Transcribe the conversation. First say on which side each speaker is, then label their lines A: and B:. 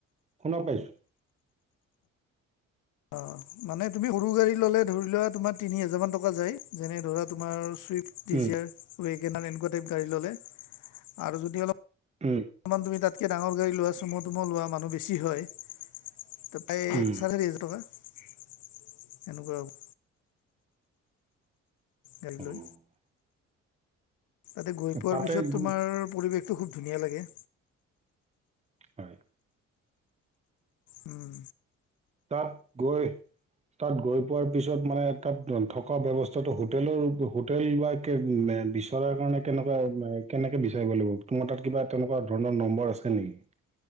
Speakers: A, on the right; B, on the left.
A: শুনা পাইছোঁ।
B: অ' মানে তুমি সৰু গাড়ী ল'লে ধৰি লোৱা তোমাৰ তিনি হাজাৰমান টকা যায় যেনে ধৰা তোমাৰ ডিজেয়াৰ,
A: উম,
B: ৱেগেনাৰ এনেকুৱা টাইপ গাড়ী ল'লে আৰু যদি অলপ
A: উম।
B: অকমান তুমি তাতকে ডাঙৰ গাড়ী লোৱা, চুম' তুম' লোৱা মানুহ বেছি হয় এই চাৰে
A: উম,
B: চাৰিহেজাৰ টকা এনেকুৱা হ'ব। গাড়ীলৈ,
A: অ',
B: তাতে গৈ পোৱাৰ
A: তাতে
B: পিছত তোমাৰ
A: গ-
B: পৰিবেশ টো খুব ধুনীয়া লাগে।
A: হয়।
B: উম।
A: তাত গৈ তাত গৈ পোৱাৰ পিছত মানে তাত থকা ব্যৱস্থাটো হোটেলৰ হোটেল বা বিচৰাৰ কাৰণে কেনেকুৱা কেনেকৈ বিচাৰিব লাগিব তোমাৰ তাত কিবা তেনেকুৱা ধৰণৰ নম্বৰ আছে নেকি?